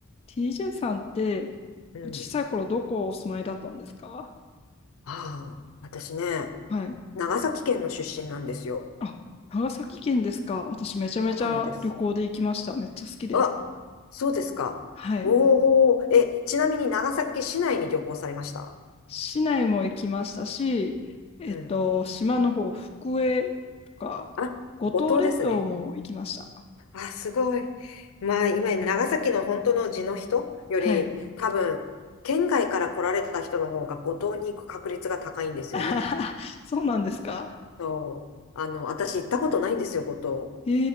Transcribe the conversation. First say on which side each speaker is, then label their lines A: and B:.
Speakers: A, on the left; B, on the left.
A: TJ さんって
B: うん。
A: 小さい頃どこお住まいだったんですか
B: ああ、私ね、
A: はい。
B: 長崎県の出身なんですよ。
A: あ、長崎県ですか。私めちゃめちゃ旅行で行きました。
B: そうなのです。
A: めっちゃ好きです。
B: あ、そうですか。
A: はい。
B: おお、え、ちなみに長崎市内に旅行されました
A: 市内も行きましたし、えっと、
B: うん。
A: 島の方、福江とか、
B: あ、
A: 五島列島も行きました。
B: 五島ですね。あ、すごい。まあ、今、長崎の本当の地の人より、
A: はい。
B: 多分、県外から来られた人の方が五島に行く確率が高いんですよね。
A: <laughs> そうなんですか。
B: そう。あの、私行ったことないんですよ、五島。
A: へ